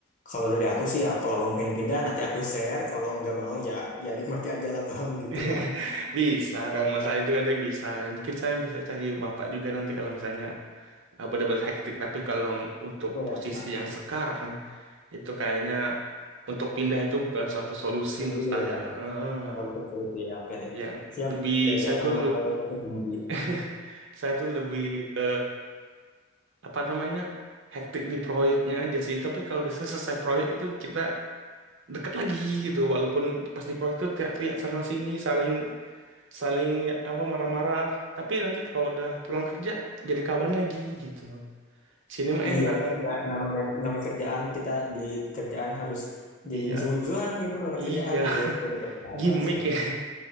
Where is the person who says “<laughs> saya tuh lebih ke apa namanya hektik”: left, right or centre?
Right